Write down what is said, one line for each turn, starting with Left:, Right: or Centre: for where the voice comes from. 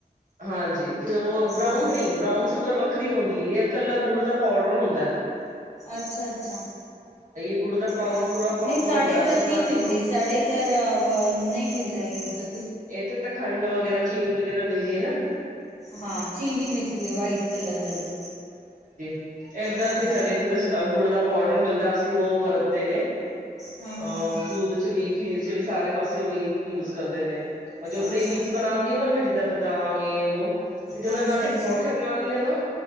Right: ਹਾਂਜੀ। ਫਿਰ ਉਹ ਬਰਾਊਨ
Left: ਹਾਂ
Right: ਨਹੀਂ, ਬਰਾਊਨ ਸ਼ੂਗਰ ਵੱਖਰੀ ਹੁੰਦੀ ਏ। ਕੱਲਾ ਗੁੜ ਦਾ ਪਾਊਡਰ ਹੁੰਦਾ ਏ।
Left: ਅੱਛਾ-ਅੱਛਾ
Right: ਗੁੜ ਦਾ ਪ੍ਰੋ
Left: ਹਾਂ।
Right: ਪੂਰਾ ਪ੍ਰੋਪਰ
Left: ਨਹੀਂ ਸਾਡੇ
Right: ਹੁੰਦਾ
Left: ਇਧਰ
Right: ਅਸੀਂ
Left: ਨਹੀਂ
Right: ਨਾ ਬਿਲਕੁਲ
Left: ਮਿਲਦੀ, ਸਾਡੇ ਇਧਰ ਨਹੀਂ ਮਿਲਦੀ। ਨੇਈ ਇਧਰ
Right: ਇੱਥੇ ਤਾਂ ਖੰਡ ਵਗੈਰਾ ਚੀਨੀ ਵਗੈਰਾ ਮਿਲਦੀ ਹੈ ਨਾ।
Left: ਹਾਂ, ਚੀਨੀ ਮਿਲਦੀ ਹੈ ਵਾਈਟ ਕਲਰ ਵਾਲੀ।
Right: ਏਧਰ
Left: ਹਾਂ
Right: ਨੀ, ਸਾਡੇ ਇੱਥੇ ਤਾਂ ਗੁੜ ਦਾ ਪਾਊਡਰ ਮਿਲਦਾ ਅਸੀਂ ਉਹ ਵਰਤਦੇ ਨੇ ਅਹ
Left: ਹਾਂ ਹਾਂ ਹਾਂ
Right: ਦੁਧ ਚ ਵੀ, ਖੀਰ ਚ ਵੀ ਸਾਰੇ ਪਾਸੇ ਉਹੀ ਯੂਜ ਕਰਦੇ ਨੇ ਉਹ ਜੋ
Left: ਅੱਛਾ
Right: ਪ੍ਰੀਮਿਕਸ ਬਣਾਉਂਦੀ ਨਾ ਮ ਜਿੱਦਾਂ ਬਦਾਮ ਯੇ ਵੋ ਤੇ ਜਦੋਂ
Left: ਹਾਂਜੀ
Right: ਇਹਨਾਂ ਦੀ ਪਰੌਠੇ
Left: ਹਾਂਜੀ
Right: ਬਣਾਉਂਦੀ ਆ ਨਾ